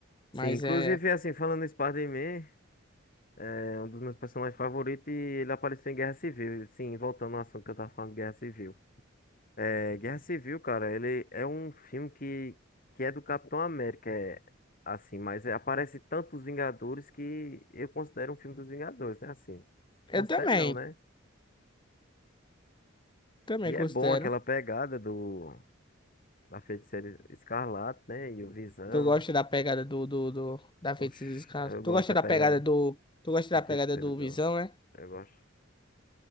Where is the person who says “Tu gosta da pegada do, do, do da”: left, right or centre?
Left